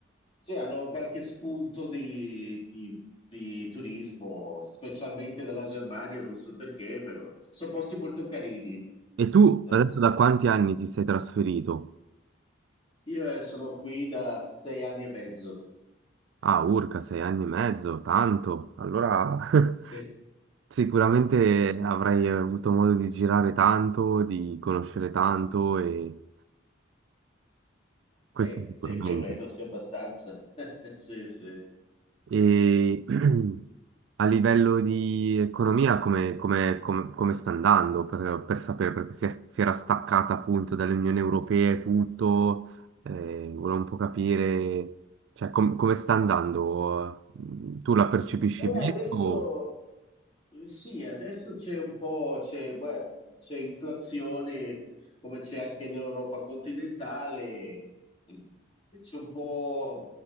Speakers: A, on the left (about 30°); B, on the right (about 65°).
A: sì, hanno qualche spunto di, di- di turismo, specialmente dalla Germania, non so il perché, però sono posti molto carini.
B: E tu
A: Sì.
B: adesso da quanti anni ti sei trasferito?
A: Io eh, sono qui da sei anni e mezzo.
B: Ah, urca, sei anni e mezzo, tanto. Allora, <laughs>
A: Sì.
B: sicuramente
A: Eh,
B: avrai avuto modo di girare tanto, di conoscere tanto e questo
A: Sì,
B: sicuramente.
A: sì, più o meno, sì, abbastanza. <laughs> Sì, sì.
B: E <clears throat> a livello di economia, come, come- come- come sta andando per, per sapere? Perché si, è- si era staccata appunto dall'Unione Europea e tutto, eh, volevo un po' capire, cioè, com- come sta andando? Tu la percepisci
A: E
B: bene
A: adesso
B: o...
A: Eh, Sì, adesso c'è un po', c'è beh, c'è inflazione come c'è anche nell'Europa continentale, e e c'è un po',